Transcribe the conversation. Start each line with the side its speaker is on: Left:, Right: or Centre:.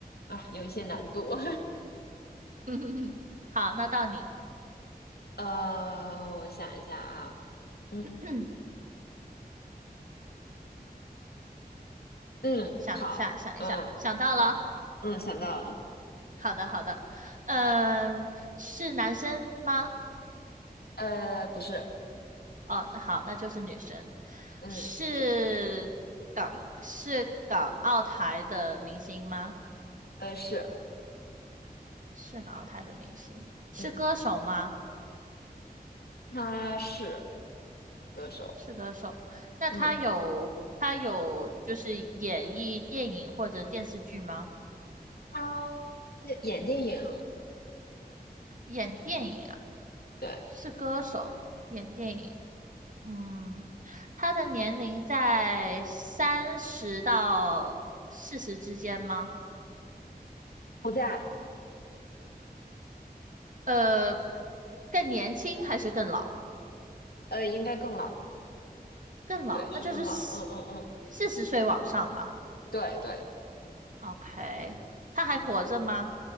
Left: 啊，有一些难度。
Right: <laughs> 好，
Left: <laughs>
Right: 那到你。
Left: 呃，我想一下啊，嗯
Right: <clears throat>
Left: 嗯，
Right: 想一下，
Left: 好，
Right: 想一下，
Left: 嗯
Right: 想到了。
Left: 嗯，想到了，
Right: 好的，好的。嗯，是男生吗？
Left: 呃，不是，
Right: 哦，那好，那就是女生。
Left: 嗯
Right: 是港是港澳台的明星吗？
Left: 呃是，
Right: 是港澳台的明星。是歌手吗？
Left: 嗯，他是歌手，
Right: 是歌手。那他有他有就是演绎电影或者电视剧吗？
Left: 嗯，他演电影，
Right: 演电影啊？
Left: 对，
Right: 是歌手，演电影。嗯，他的年龄在三十到四十之间吗？
Left: 不在，
Right: 呃，更年轻还是更老？
Left: 呃，应该更老，
Right: 更老，
Left: 对，是更老，
Right: 那就是四
Left: 嗯嗯嗯，
Right: 四十岁往上的。
Left: 对对。
Right: OK，他还活着吗？